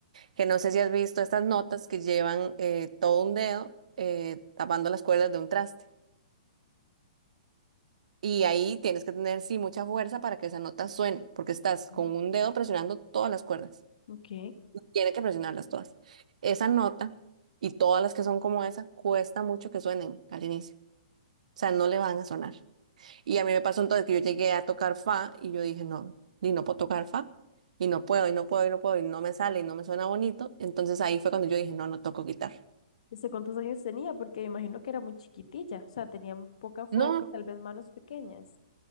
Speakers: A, on the right (about 70°); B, on the left (about 65°).
A: que no sé si has visto estas notas que llevan eh, todo un dedo eh, tapando las cuerdas de un traste. Y ahí tienes que tener, sí, mucha fuerza para que esa nota suene, porque estás
B: Ujú.
A: con un dedo presionando todas las cuerdas.
B: Ok.
A: tiene que presionarlas todas. Esa nota y todas las que son como esa cuesta mucho que suenen al inicio. O sea, no le van a sonar. Y a mí me pasó entonces que yo llegué a tocar fa y yo dije, no, y no puedo tocar fa. Y no puedo, y no puedo, y no puedo, y no me sale, y no me suena bonito. Entonces ahí fue cuando yo dije, no, no toco guitarra.
B: ¿Desde cuántos años tenía? Porque me imagino que era muy chiquitilla, o sea, tenía poca fuerza
A: No,
B: y tal vez manos pequeñas.